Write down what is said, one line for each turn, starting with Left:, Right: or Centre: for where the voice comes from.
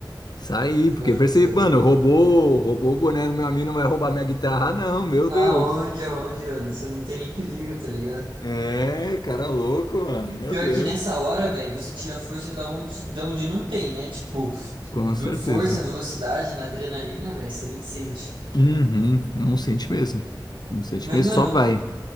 Left: Saí,
Right: Seu
Left: porque
Right: louco,
Left: percebi,
Right: seu louco.
Left: mano, roubou, roubou o boné do meu amigo, não vai roubar minha guitarra, não, meu
Right: Aonde,
Left: Deus.
Right: aonde, mano? Você não tem nem perigo, tá ligado?
Left: É, cara louco, mano, meu
Right: Pior
Left: Deus.
Right: que nessa hora, velho, você tira a força da onde, da onde não tem, né? Tipo,
Left: Com
Right: v-
Left: certeza.
Right: força, velocidade na adrenalina, velho, você nem sente.
Left: Uhum, não sente mesmo. Não sente
Right: Mas,
Left: mesmo,
Right: mano,
Left: só vai.